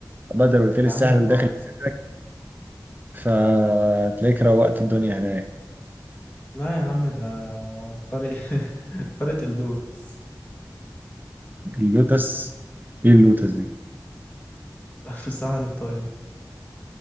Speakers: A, on the right; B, on the left.
A: بدل قلت لي
B: يا
A: الساحل
B: عم لا
A: وداخل بصدرك فتلاقيك روقت الدنيا هناك
B: لا يا عم ده قرية <laughs> قرية اللوتس
A: اللوتس ايه اللوتس دي؟
B: في الساحل الطيب